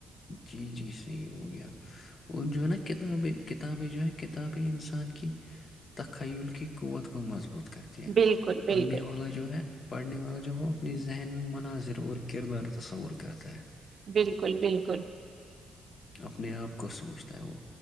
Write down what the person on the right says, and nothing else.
بالکل
بالکل
بالکل بالکل